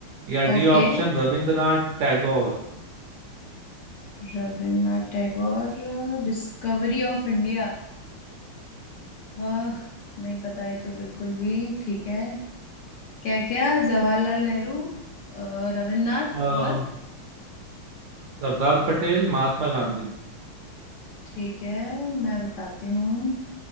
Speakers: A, on the right; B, on the left.
A: या
B: Okay
A: डी ऑप्शन रविंद्रनाथ टैगोर
B: Rabindranath Tagore Discovery of India आह नहीं पता ये तो बिल्कुल भी ठीक है क्या क्या जवाहरलाल नेहरू अ, रविन्द्रनाथ
A: अ,
B: और
A: सरदार पटेल महात्मा गांधी
B: ठीक है मैं बताती हूँ